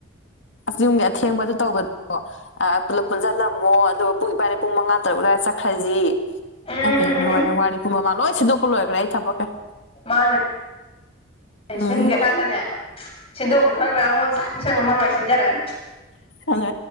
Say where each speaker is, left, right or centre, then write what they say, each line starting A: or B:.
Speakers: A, on the left; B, on the left.
A: ꯨꯌꯨꯝꯒꯤ ꯑꯊꯦꯡꯕꯗꯨ ꯇꯧꯕꯗꯣ ꯑꯥ ꯄꯨꯂꯞ ꯄꯨꯟꯁꯤꯜꯂꯝꯃꯣ ꯑꯗꯨꯒ ꯄꯨꯡ ꯏꯕꯥꯅꯤ ꯄꯨꯡ ꯃꯉꯥ ꯇꯔꯨꯛ ꯑꯗꯨꯋꯥꯏꯗ ꯆꯠꯈ꯭ꯔꯁꯤ
B: ꯎꯝ
A: ꯏꯃꯥꯏ ꯄꯦꯝ
B: ꯎꯝ ꯎꯝ
A: ꯂꯣꯏꯔꯦ
B: ꯎꯝ
A: ꯋꯥꯔꯤ ꯃꯃꯥ ꯂꯣꯏ ꯁꯤꯟꯗꯣꯛꯄ ꯂꯣꯏꯈ꯭ꯔꯦ ꯑꯩ ꯊꯕꯛꯀꯩ
B: ꯃꯥꯅ
A: ꯎꯝ
B: ꯁꯤꯟꯒ ꯀꯥꯟꯗꯅꯦ ꯁꯤꯟꯗꯣꯛ ꯈꯪꯗ꯭ꯔ ꯃꯉꯣꯟ <unintelligible> ꯃꯥꯃꯥ ꯃꯥꯏ ꯁꯤꯟꯖꯔꯛꯑꯅꯤ
A: ꯑꯗ